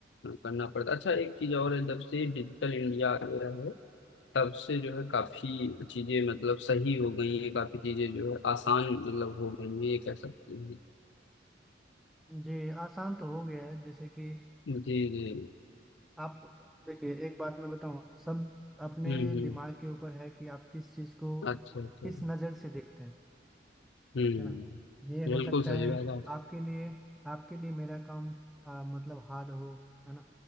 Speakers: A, on the left (about 80°); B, in the centre.
A: करना पड़ता अच्छा एक चीज और है जब से डिजिटल इंडिया आ गया है तब से जो है काफी चीजें मतलब सही हो गई हैं काफी चीजें जो है आसान मतलब हो गई हैं ये कह सकते हैं
B: जी आसान तो हो गया है जैसे कि
A: जी जी
B: आप देखिए एक बात मैं बताऊं सब अपने
A: हम्म हम्म
B: दिमाग के ऊपर है कि आप किस चीज को
A: अच्छा
B: किस
A: अच्छा
B: नजर से देखते हैं
A: हम्म
B: है ना ये
A: बिल्कुल
B: हो सकता
A: सही
B: है
A: बात है
B: आपके लिए आपके लिए मेरा काम आ, मतलब हार्ड हो है ना